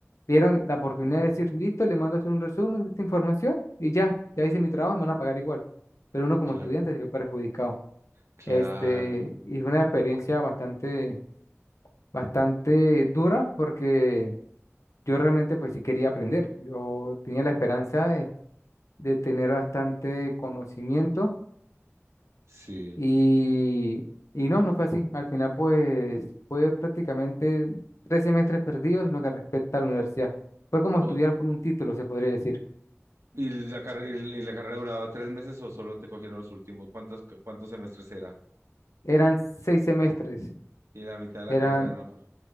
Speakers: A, on the left; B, on the right.
A: vieron la oportunidad de decir, listo, le mando a hacer un resumen de esta información y ya, ya hice mi trabajo, me van a pagar igual. Pero uno como
B: Claro,
A: estudiante salió perjudicado.
B: claro,
A: Este, y fue una experiencia bastante, bastante dura porque yo realmente pues sí quería aprender. Yo tenía la esperanza de, de tener bastante conocimiento
B: sí.
A: y, y no, no fue así. Al final pues fue prácticamente tres semestres perdidos en lo que respecta a la universidad. Fue como
B: O-
A: estudiar por un título, se podría decir.
B: ¿y la, carre- y la carrera duraba tres meses o solo te cogieron los últimos? ¿Cuántos, cuántos semestres era?
A: Eran seis semestres,
B: Y la mitad de la
A: eran
B: carrera no. por-